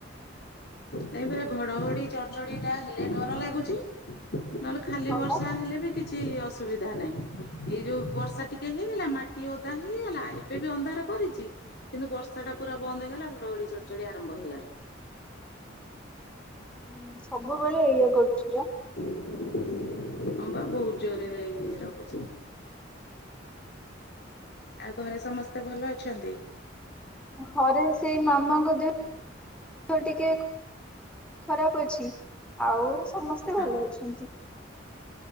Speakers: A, on the left (about 55°); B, in the centre.
A: ନାଇ ପରା ଘଡଘଡି ଚଡ୍ ଚ ଡି ହେଲେ ଡର ଲାଗୁଚି ନହେଲେ ଖାଲି
B: ହଁ
A: ବର୍ଷା
B: ବା।
A: ହେଲେ ବି କିଛି ଛି ଅସୁବିଧା ନାହିଁ ଏଇ ଯୋଉ ବର୍ଷା ଟିକେ ହେଇଗଲା ମାଟି ଓଦା ହେଇଗଲା ଏବେ ବି ଅନ୍ଧାର କରିଚି କିନ୍ତୁ ବର୍ଷା ଟା ପୁରା ବନ୍ଦ ହେଇଗଲା ଘଡଘଡି ଚଡଚଡି ଆରମ୍ଭ ହେଇଗଲା।
B: ହୁଁ ସବୁବେଳେ ଏଇଆ କରୁଚି ପା।
A: ଅମ୍ ବା ବହୁତ ଜୋରେ ଇଏ ରହୁଛି। ଆଉ ଘରେ ସମସ୍ତେ ଭଲ ଅଛନ୍ତି?
B: ଘରେ ସେଇ ମାମାଙ୍କ ଦେହ -ଦେହ ଟିକେ ଖରାପ ଅଛି। ଆଉ ସମସ୍ତେ
A: ହଁ
B: ଭଲ ଅଛନ୍ତି।